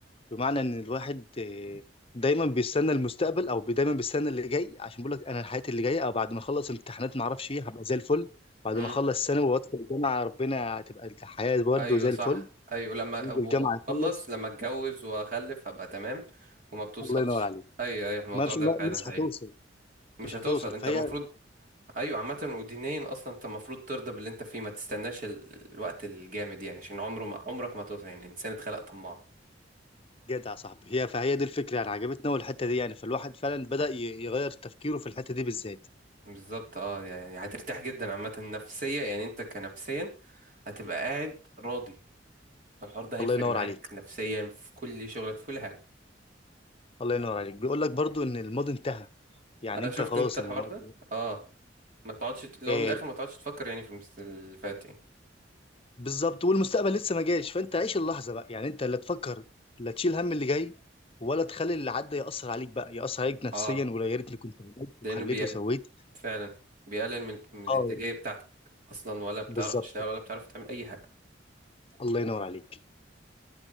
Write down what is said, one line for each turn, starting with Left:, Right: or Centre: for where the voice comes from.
Left: بمعنى ان الواحد آه، دايما بيستنى المستقبل او دايما بيستنى اللي جاي عشان بيقول لك انا حياتي اللي جايه او بعد ما اخلص امتحانات ما اعرفش ايه هبقى زي الفل بعد
Right: امم
Left: ما اخلص ثانوي وادخل الجامعه ربنا هتبقى الحياه برده
Right: ايوه
Left: زي
Right: صح
Left: الفل
Right: ايوه لما
Left: يجي
Right: أبو-
Left: الجامعه يخلص
Right: اخلص لما اتجوز واخلف هبقى تمام وما بتوصلش
Left: الله ينور عليك
Right: ايوه ايوه الموضوع
Left: ما مش
Right: ده
Left: ما-
Right: فعلا
Left: مش هتوصل
Right: هي مش
Left: مش
Right: هتوصل
Left: هتوصل
Right: انت
Left: فهي
Right: المفروض ايوه عامه ودينيا اصلا انت المفروض ترضى باللي انت فيه ما تستناش ال- الوقت الجامد يعني عشان عمره ما عمرك ما هتوصل يعني الانسان اتخلق طماع
Left: جدع يا صاحبي هي فهي دي الفكره يعني عجبتنا أوي الحته دي يعني فالواحد فعلا بدأ ي- يغير تفكيره في الحته دي بالذات
Right: بالظبط اه يعني هترتاح جدا عامه نفسيا يعني انت كنفسيا هتبقى قاعد راضي فالحوار ده هيفرق
Left: الله ينور
Right: معاك
Left: عليك
Right: نفسيا في كل شغلك في كل حاجة
Left: الله ينور عليك بيقول لك برضو ان الماضي انتهى يعني
Right: أنا
Left: انت
Right: شفت
Left: خلاص
Right: أنت الحوار
Left: الم...
Right: ده اه ما تقعدش ت- لو
Left: إيه
Right: من الآخر ما تقعدش تفكر يعني في المس- اللي فات يعني
Left: بالظبط والمستقبل لسه ما جاش فانت عيش اللحظه بقى يعني انت لا تفكر لا تشيل هم اللي جاي ولا تخلي اللي عدى يأثر عليك بقى يأثر عليك نفسيا
Right: اه
Left: ولا يا ريتني كنت عملت
Right: لأنه
Left: وخليت
Right: بي...
Left: وسويت
Right: فعلا بيقلل من... من الإنتاجية
Left: اه
Right: بتاعتك أصلا ولا بتعرف
Left: بالظبط
Right: تشتغل ولا بتعرف تعمل أي حاجة
Left: الله ينور عليك